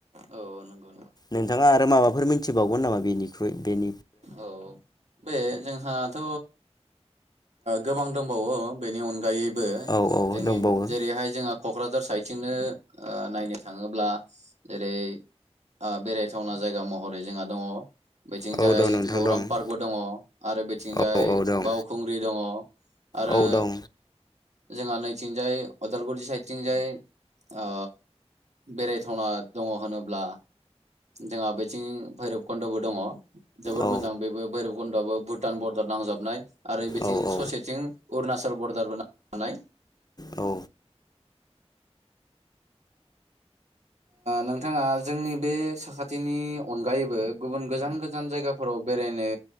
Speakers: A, on the right; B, on the left.
A: औ नंगौ नंगौ
B: नोंथाङा। आरो माबाफोर मिथिबावगोन नामा बेनिख्रुइ बिनि
A: औ। बे जोंहाथ' गोबां दंबावो बेनि अनगायै बो
B: औ औ
A: जोंनि
B: दंबावो
A: जेरैहाय जोंहा क'क्राझार साइदथिंनो ओ नायनो थाङोब्ला जेरै ओ बेरायथावना जायगा महरै जोंहा दङ बेथिंजाय
B: औ दं नोंथां
A: गौरां
B: दं
A: पार्कबो दङ आरो बेथिंजाय
B: औ औ दं
A: बाव खुंग्रि दङ आरो
B: औ दं
A: जोंहा नैथिंजाय अदालगुरि साइदथिंजाय ओ बेरायथावना दङ होनोब्ला जोंहा बेथिं भैरबखुन्द'बो दङ। जोबोर
B: औ
A: मोजांं बेबो भैरब खन्द आबो भुटान बरदार नांजाबनाय। आरो बेथिं
B: औ औ
A: ससेथिं अरुणाचल बर' दारबो नांजाबनाय
B: औ
A: नोंथाङा जोंनि बे साखाथिनि अनगायैबो गुबुन गोजान गोजान जायगाफोराव बेरायनो